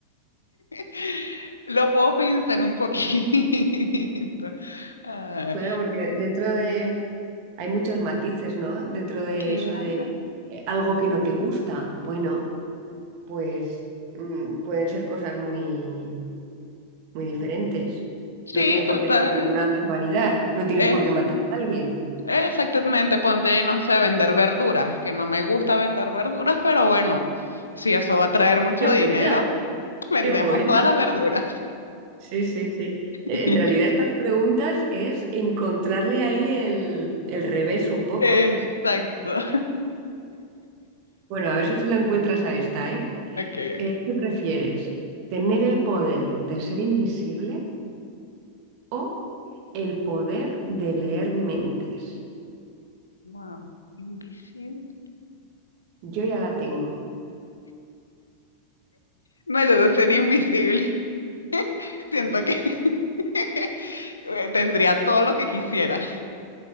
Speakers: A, on the left; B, on the right.
A: <laughs> lo puedo pensar un poquito. <laughs> Ah,
B: Claro, porque dentro de... Hay muchos matices, ¿no? Dentro de
A: Claro.
B: eso de eh, algo que no te gusta. Bueno, pues mm, pueden ser cosas muy, muy diferentes.
A: sí,
B: No tiene por
A: total.
B: qué ser ninguna barbaridad. No tienes
A: Es,
B: por qué matar a alguien.
A: exactamente, ponte, no sé, vender verduras, que no me gusta vender verduras, pero bueno, si eso va a traer mucho
B: Qué
A: dinero,
B: buena,
A: <laughs> vendemos
B: qué buena.
A: todas las verduras.
B: Sí, sí, sí.
A: <laughs>
B: Eh, En realidad estas preguntas es encontrarle ahí el, el revés un poco.
A: Exacto. <laughs>
B: Bueno, a ver si lo encuentras a esta, ¿eh?
A: Ok, ok.
B: Eh, ¿Qué prefieres? ¿Tener el poder de ser invisible o el poder de leer mentes?
A: Wow. Invisible.
B: Yo ya la tengo.
A: No, yo no sería invisible. <laughs> Siento que <laughs> tendría todo lo que quisiera.